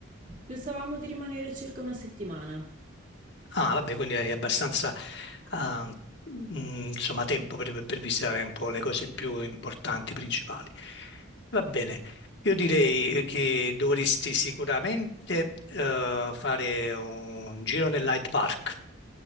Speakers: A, on the right; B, on the left.
A: Pensavamo di rimanere circa una settimana.
B: Ah, vabbè, quindi hai abbastanza, ah, mh, insomma, tempo per, per visitare un po' le cose più importanti, principali. Va bene, io direi che dovresti sicuramente, eh, fare un giro nell'Hyde Park.